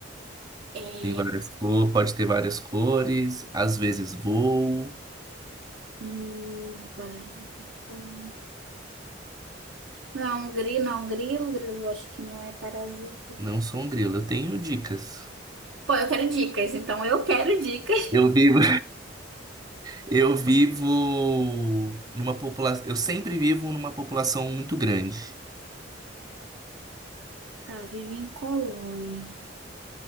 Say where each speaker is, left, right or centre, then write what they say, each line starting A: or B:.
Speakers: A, on the right; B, on the right.
A: É,
B: Tem várias cores, pode ter várias cores, às vezes voo.
A: hum, rapaz, hum, não é um grilo, não é um grilo, grilo acho que não é parasita.
B: Não sou um grilo, eu tenho dicas.
A: Pô, eu quero dicas, então eu quero dicas.
B: Eu vivo, <laughs> eu vivo numa população, eu sempre vivo numa população muito grande.
A: Tá, vive em colônias.